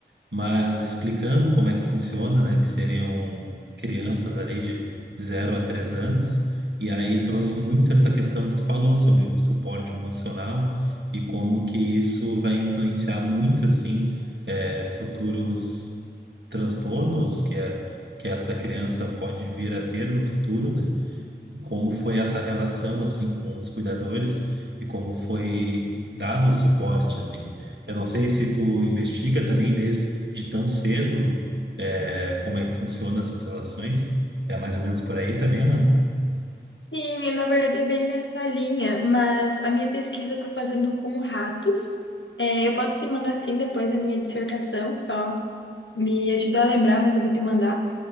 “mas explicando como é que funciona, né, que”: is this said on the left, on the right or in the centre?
Right